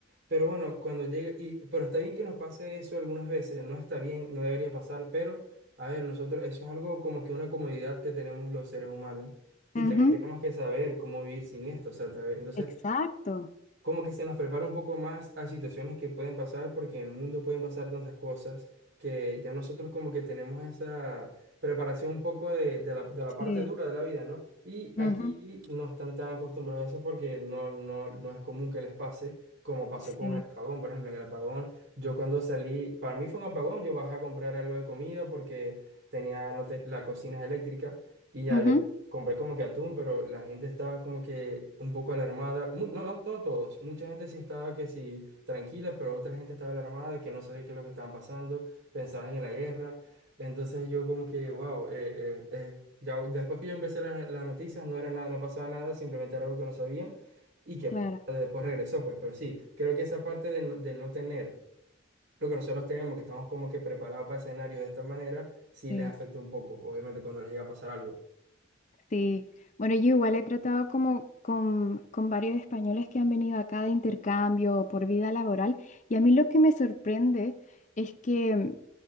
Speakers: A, on the right; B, on the left.
A: pero bueno, cuando llega, y, pero está bien que nos pase eso algunas veces, no está bien, no debería pasar, pero a ver, nosotros, eso es algo como que una comodidad que tenemos los seres humanos y
B: Ujú,
A: también tenemos que saber cómo vivir sin esto, o sea, tal vez- entonces
B: exacto.
A: como que se nos prepara un poco más a situaciones que pueden pasar, porque en el mundo pueden pasar tantas cosas que ya nosotros como que tenemos esa preparación un poco de, de la, de la parte
B: Sí,
A: dura de la vida, ¿no? Y
B: ujú,
A: aquí no están tan acostumbrados a eso porque no, no, no es común que les pase. como pasó
B: sí,
A: con el apagón, por ejemplo, en el apagón, yo cuando salí, para mí fue un apagón, yo bajé a comprar algo de comida porque tenía, no te- la cocina es eléctrica y ya
B: ujú.
A: yo compré como que atún, pero la gente estaba como que un poco alarmada. Mu- No, no, no todos. Mucha gente sí estaba que sí tranquila, pero otra gente estaba alarmada de que no sabía qué es lo que estaban pasando, pensaban en la guerra. Entonces yo como que, wow, eh, eh, eh, ya después que yo empecé las, las noticias no era nada, no pasaba nada, simplemente era algo que no sabían y que
B: claro,
A: después regresó, pues. Pero sí, creo que esa parte de, no- de no tener lo que nosotros tenemos, que estamos como que preparados para escenarios de esta manera, sí
B: sí,
A: les afecta un poco, obviamente, cuando les llega a pasar algo.
B: sí. Bueno, yo igual he tratado como con, con varios españoles que han venido acá de intercambio o por vida laboral y a mí lo que me sorprende es que